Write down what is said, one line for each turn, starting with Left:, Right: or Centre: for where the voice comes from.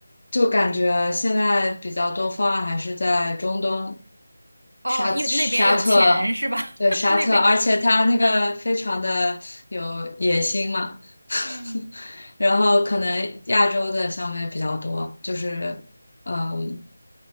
Left: 就感觉现在比较多方案还是在中东。
Right: 哦，
Left: 沙沙特，
Right: 因为那边有钱是吧？
Left: 对沙特，
Right: <laughs> 那边，
Left: 而且他那个非常的有野心嘛，
Right: 嗯
Left: <laughs>
Right: 嗯。
Left: 然后可能亚洲的项目也比较多，就是嗯，